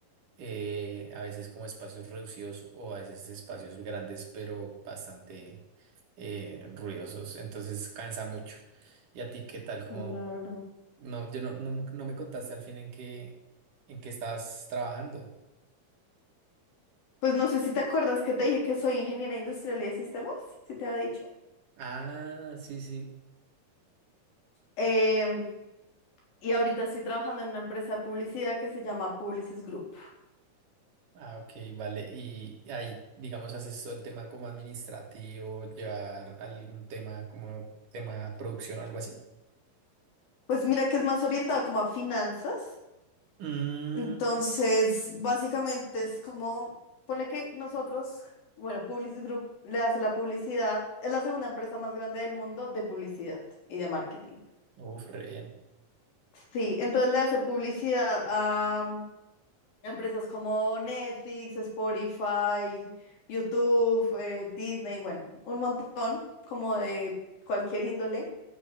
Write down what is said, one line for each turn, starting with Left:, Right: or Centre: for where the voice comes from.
Right: eh, a veces como espacios reducidos o a veces espacios grandes, pero bastante eh, ruidosos, entonces cansa mucho. ¿Y a ti qué tal? Como,
Left: claro.
Right: no, yo no, no, no me contaste al fin en qué, en qué estabas trabajando.
Left: Pues no sé si te acuerdas que te dije que soy ingeniera industrial y de sistemas, si te había dicho.
Right: Ah, sí, sí.
Left: Em, y ahorita estoy trabajando en una empresa de publicidad que se llama Publicis Group.
Right: Ah, ok, vale. Y ahí, digamos, haces todo el tema como administrativo, llevar algún tema como tema producción, algo así.
Left: Pues mira que es más orientada como a finanzas.
Right: Mm,
Left: Entonces, básicamente es como, ponle que nosotros, bueno, Publicis Group le hace la publicidad, es la segunda empresa más grande del mundo de publicidad y de marketing.
Right: uf, re bien.
Left: Sí, entonces le hace publicidad a Empresas como Netflix, Spotify, YouTube, eh, Disney, bueno, un montón como de cualquier índole.